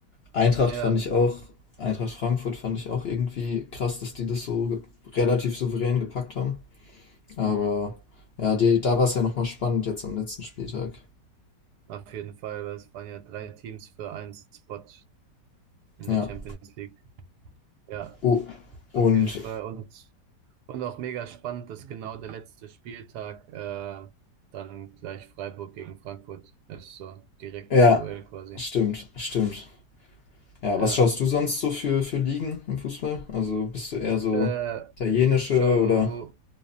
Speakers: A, on the left; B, on the right.
A: Eintracht
B: ja,
A: fand ich auch, Eintracht Frankfurt fand ich auch irgendwie krass, dass die das so ge- relativ souverän gepackt haben. Aber
B: mm.
A: ja, die, da war es ja nochmal spannend jetzt am letzten Spieltag.
B: Auf jeden Fall, weil es waren ja drei Teams für einen Spot in
A: Ja.
B: der Champions League. Ja,
A: Oh, und
B: auf jeden Fall. Und Und auch mega spannend, dass genau der letzte Spieltag äh, dann gleich Freiburg gegen Frankfurt ist, so direktes
A: ja,
B: Duell quasi.
A: stimmt, stimmt. Ja,
B: Ja,
A: was schaust du sonst so für, für Ligen im Fußball? Also bist du eher so
B: äh,
A: italienische
B: ich schaue,
A: oder...